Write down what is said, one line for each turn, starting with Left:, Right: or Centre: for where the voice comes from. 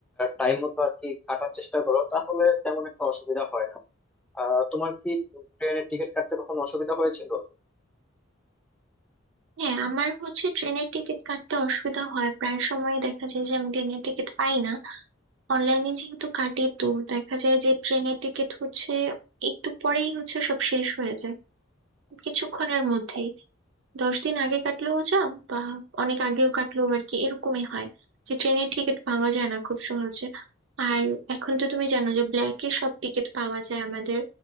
Centre: টাইম মতো আর কি কাটার চেষ্টা করো তাহলে তেমন একটা অসুবিধা হয় না আহ, তোমার কি ট্রেনের টিকিট কাটতে কখনো অসুবিধা হয়েছিল
Right: হ্যাঁ আমার হচ্ছে ট্রেনের টিকিট কাটতে অসুবিধা হয় প্রায় সময় দেখা যায় যে আমি ট্রেনের টিকিট পাই না অনলাইনে যেহেতু কাটি তো দেখা যায় যে ট্রেনের টিকিট হচ্ছে একটু পরেই হচ্ছে সব শেষ হয়ে যায় কিছুক্ষণের মধ্যেই দশ দিন আগে কাটলেও যা বা অনেক আগেও কাটলেও আর কি এরকমই হয় যে ট্রেনের টিকিট পাওয়া যায় না খুব সহজে আর এখন তো তুমি জানো যে ব্ল্যাকে সব টিকিট পাওয়া যায় আমাদের